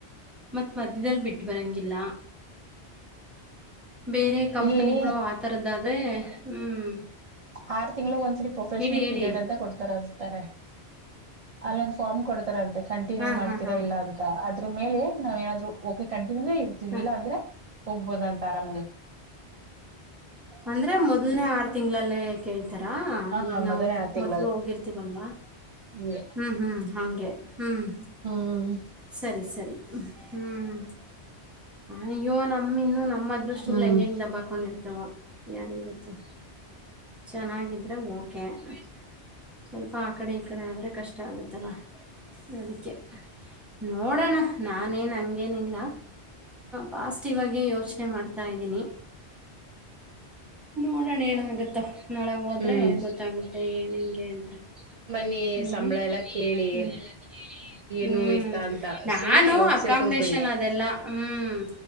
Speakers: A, in the centre; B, on the right.
A: ಮಾತೆ ಮಧ್ಯದಲ್ಲಿ ಬಿಟ್ಟು ಬರೋಂಗಿಲ್ಲ ಬೇರೆ ಕಂಪ್ನಿಗಳು
B: ಇಲ್ಲಿ
A: ಆ ಥರದ್ದಾದೆ ಹ್ಮ್
B: ಆರ್, ತಿಂಗ್ಳಗ್ ಒಂದ್ಸಲ ಪ್ರೊಫೆಷನಲ್!
A: ಹೇಳಿ ಹೇಳಿ.
B: ಪೀರಿಯಡ್, ಅಂತ ಕೊಡ್ತಾರೆ, ಅತಾರೆ. <inaudible> ಅಲ್ಲೊಂದ್, ಫಾರ್ಮ್ ಕೊಡ್ತಾರ ಅಂತೆ ಕಂಟಿನ್ಯೂ
A: ಹಾಂ
B: ಮಾಡ್ತೀರಾ
A: ಹಾಂ ಹಾಂ.
B: ಇಲ್ಲ ಅಂತ ಅದ್ರ ಮೇಲೆ ನಾವ್ ಏನಾದ್ರು ಓಕೆ, ಕಂಟಿನ್ಯೂ. <inaudible> ಇರು, ಅಂದ್ರೆ, ಇರುತ್ತಿವಿ,
A: ಹಾಂ
B: ಇಲ್ಲ ಅಂದ್ರೆ ಹೋಗ್ಬೋದ, ಅಂತ ಆರಾಮಾಗಿ. <inaudible>
A: ಅಂದ್ರೆ, ಮೊದ್ಲ್ನೆೇ, ಆರು ತಿಂಗಳಲ್ಲೇ ಕೇಳ್ತೀ. <inaudible> ಒಂದುತಾರ,
B: ಹ
A: ಈಗ ನಾವು
B: ಮೊದಲನೇ ಆರು ತಿಂಗಳದ
A: ಮೊದ್ಲು ಹೋಗಿರ್ತೀವಲ್ವಾ! <inaudible>
B: ಹಂಗೆ
A: ಹ್ಮ್, ಹ್ಮ್, ಹಾಂಗೆ, ಹ್ಮ್. <inaudible>
B: ಹ್ಮ್
A: ಸರಿ, ಸರಿ, ಹ್ಮ, ಹ್ಮ್.. <unintelligible> ಅಯ್ಯೋ, ನಮ್ಮ, ಇನ್ನು ನಮ್ಮ ಅದೃಷ್ಟಗ್ಗಳು!
B: ಹ್ಮ್ ಹ್ಮ್
A: ಹೆಂಗಗೆ
B: ಹ್ಮ್
A: ಹೆಂಗಗೆ ದಬ್ಬ ಹಾಕೊಂಡಿರ್ತಾವೋ, ಯಾರಿಗೆ, ಗೊತ್ತು. <inaudible> ಚೆನ್ನಾಗಿದ್ರೆ, ಓಕೆ. <inaudible> ಸ್ವಲ್ಪ, ಆ ಕಡೆ, ಈ ಕಡೆ, ಆದರೆ ಕಷ್ಟ ಆಗುತ್ತಲ್ಲ. <inaudible> ಅದಕ್ಕೆ ನೋಡೋಣ ನಾನೇನು ಹಂಗೇನಿಲ್ಲ ಪಾಸಿಟಿವ್ ಆಗ ಯೋಚನೆ ಮಾಡ್ತಾಯ್ದೀನಿ ನೋಡೋಣ ಏನಾಗುತ್ತೋ ನಾಳಗೆ ಹೋದ್ರೆ
B: ಹ್ಮ್
A: ಗೊತ್ತಾಗುತ್ತೆ ಏನು ಹೆಂಗೆ ಅಂತ
B: ನೀ
A: ಹ್ಞೂ
B: ಸಂಬಳ ಎಲ್ಲ ಕೇಳಿ <unintelligible>
A: ಹ್ಞೂ ಹ್ಮ್
B: ಎತ್ತ ಅಂತ
A: ನಾನು
B: ಸುಮ್ನೆ ಹೋಗ್
A: ಅಕಾಮಿಡೇಶನ್
B: ಸೇರ್ಕೊಬಿಡ್ಬೇಡಿ
A: ಅದೆಲ್ಲಾ ಹ್ಮ್